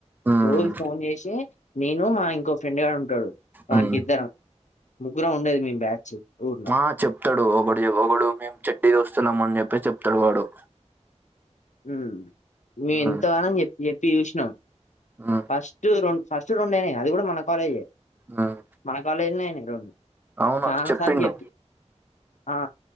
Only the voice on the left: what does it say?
రోజు ఫోన్ చేసి నేను మా ఇంకో ఫ్రెండ్ గాడు ఉంటాడు వానికి
ఇద్దరం ముగ్గురం ఉండేది మేం బ్యాచ్ ఊర్ల
హుమ్ మేము
ఎంత గానం చెప్ చెప్పి చూసినాం
ఫస్ట్ రెండు ఫస్ట్ రెండైనాయి అది కూడా మన కాలేజే
మన కాలేజ్లనే అయినాయి రెండు
చాలా
సార్లు చెప్పి ఆ